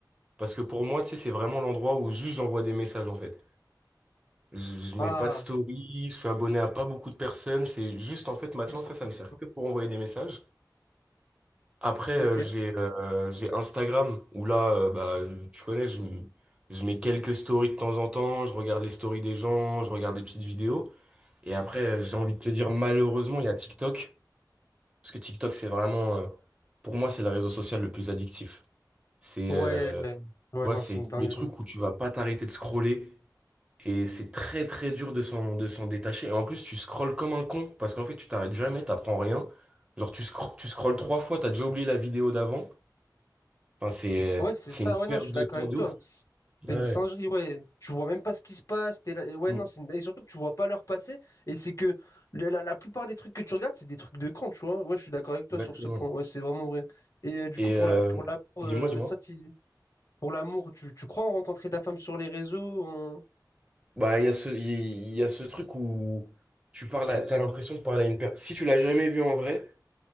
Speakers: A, on the right; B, on the left.
A: Parce que pour moi, tu sais, c'est vraiment l'endroit où juste j'envoie des messages, en fait. Je, je mets
B: Ah,
A: pas de story, je suis abonné à pas beaucoup de personnes. C'est juste, en fait, maintenant,
B: Juste
A: ça,
B: après
A: ça me
B: tout
A: sert que pour envoyer des messages. Après, euh,
B: ok.
A: j'ai euh, j'ai Instagram où là, euh, bah, tu connais, je, m- je mets quelques stories de temps en temps, je regarde les stories des gens, je regarde des petites vidéos. Et après, euh, j'ai envie de te dire, malheureusement, il y a TikTok. Parce que TikTok, c'est vraiment, euh, pour moi, c'est le réseau social le plus addictif. C'est,
B: Ouais,
A: euh, tu
B: euh, ouais,
A: vois,
B: non,
A: c'est
B: c'est une dinguerie.
A: les trucs où tu vas pas t'arrêter de scroller. Et c'est très, très dur de s'en, de s'en détacher. Et en plus, tu scrolles comme un con. Parce qu'en fait, tu t'arrêtes jamais, t'apprends rien. Genre, tu, scro- tu scrolles trois fois, t'as déjà oublié la vidéo d'avant. Enfin, c'est,
B: Ouais,
A: euh,
B: c'est
A: c'est
B: ça.
A: une perte
B: Ouais, non, je suis
A: de
B: d'accord
A: temps
B: avec
A: de
B: toi.
A: ouf.
B: C'est
A: Ouais.
B: une singerie, ouais. Tu vois même pas ce qui se passe. t'es là- et Ouais,
A: Mm.
B: non, c'est une- Et surtout que tu vois pas l'heure passer. Et c'est que la, la- la plupart des trucs que tu regardes, c'est des trucs de con, tu vois. Ouais, je suis d'accord avec toi
A: Exactement.
B: sur ce point. Ouais, c'est vraiment vrai. Et euh, du
A: Et
B: coup, pour
A: euh,
B: la, pour l'amour,
A: dis-moi,
B: euh,
A: dis-moi.
B: ça, t'y- pour l'amour, tu, tu crois en rencontrer ta femme sur les réseaux?
A: Bah, il y a ce, il y, a ce truc où tu parles à- t'as l'impression de parler à une personne. Si tu l'as jamais vu en vrai,